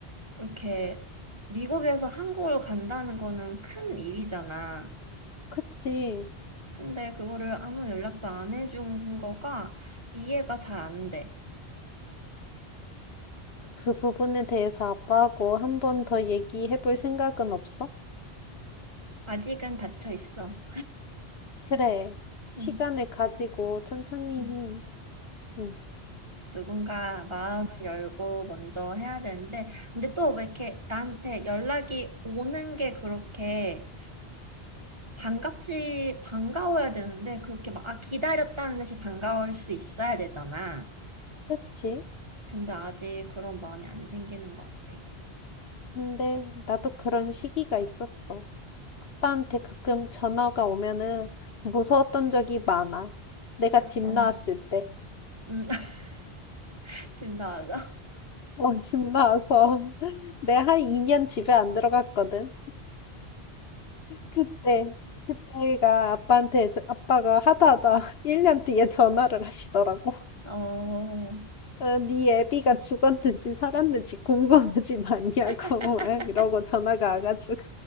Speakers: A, on the right; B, on the left.
A: 이렇게 미국에서 한국으로 간다는 거는 큰 일이잖아.
B: 그치.
A: 근데 그거를 아무 연락도 안 해준 거가 이해가 잘 안 돼.
B: 그 부분에 대해서 아빠하고 한번 더 얘기해 볼 생각은 없어?
A: 아직은 닫혀 있어.
B: 그래. 시간을
A: 응.
B: 가지고 천천히.
A: 응.
B: 해. 응,
A: 누군가 마음을 열고 먼저 해야 되는데, 근데 또 왜 이렇게 나한테 연락이 오는 게 그렇게 반갑지, 반가워야 되는데, 그렇게 막, 아, 기다렸다는 듯이 반가울 수 있어야 되잖아.
B: 그치.
A: 근데 아직 그런 마음이 안 생기는 것 같아.
B: 근데 나도 그런 시기가 있었어. 아빠한테 가끔 전화가 오면은 무서웠던 적이 많아. 내가 집
A: 어,
B: 나왔을 때.
A: 음, <laughs> 지금 나와서.
B: 어, 집 나와서 <laughs> 내가 한 2년 집에 안 들어갔거든. 그때, 그때가 아빠한테, 저- 아빠가 하다 하다 <laughs> 1년 뒤에 전화를 하시더라고.
A: 어,
B: 어, 네 애비가 죽었는지 살았는지 궁금하진 <laughs> 않냐고
A: <laughs>
B: 막 이러고 전화가 와가지고